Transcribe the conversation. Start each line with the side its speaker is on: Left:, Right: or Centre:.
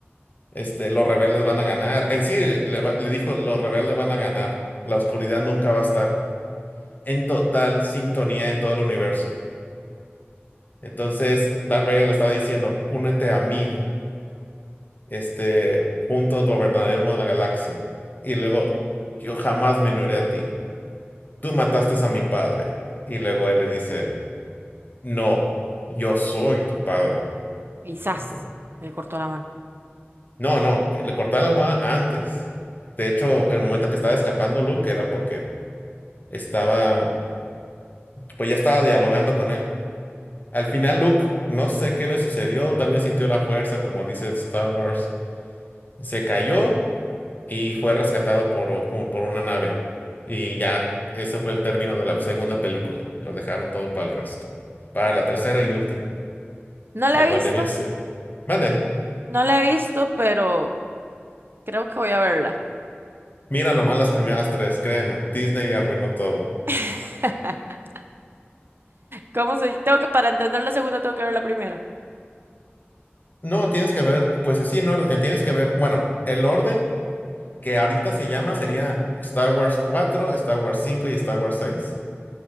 Left: este, los rebeldes van a ganar. En sí, eh, le, va- le dijo, los rebeldes van a ganar. La oscuridad nunca va a estar en total sintonía en todo el universo. Entonces, Darth Vader le estaba diciendo, únete a mí, este, juntos gobernaremos la galaxia. Y luego, yo jamás me uniré a ti. Tú mataste a mi padre. Y luego él le dice, no, yo soy tu padre.
Right: Y zas,
Left: Ento-
Right: le cortó la mano.
Left: No, no, le cortaba la almohada antes. De hecho, el momento que estaba escapando Luke era porque estaba, pues ya estaba dialogando con él. Al final Luke, no sé qué le sucedió, tal vez sintió la fuerza, como dice Star Wars, se cayó y fue rescatado por, o- o por una nave. Y ya ese fue el término de la segunda película. Los dejaron todo para el resto. Para la tercera y última,
Right: No la
Left: la
Right: he
Left: cual
Right: visto,
Left: debía ser. Mande,
Right: no la he visto, pero creo que voy a verla.
Left: mira nomás las primeras tres, créeme, Disney arruinó todo.
Right: <laughs> ¿Cómo se...? Tengo que, para entender la segunda, tengo que ver la primera.
Left: No, tienes que ver, pues así en orden, tienes que ver, bueno, el orden que ahorita se llama sería Star Wars 4, Star Wars 5 y Star Wars 6.